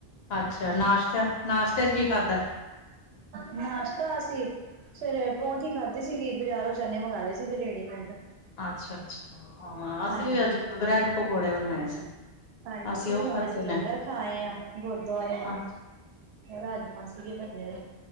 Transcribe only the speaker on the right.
ਨਾਸ਼ਤਾ ਅਸੀਂ ਸਵੇਰੇ ਪਰੌਂਠੀ ਖਾਧੀ ਸੀਗੀ ਬਾਜ਼ਾਰੋਂ ਚਨੇ ਮੰਗਵਾ ਲਏ ਸੀਗੇ ਰੇਡੀਮੇਡ।
ਹਾਂਜੀ।
ਹਾਂਜੀ
ਫਿਰ
ਹੁਣ
ਅਸੀਂ ਲੰਗਰ
ਖਾ ਆਏ ਆਂ ਗੁਰਦੁਆਰਿਆਂ
ਰਾਜਮਾਂ ਸੀਗੇ ਬੰਨੇ ਦੇ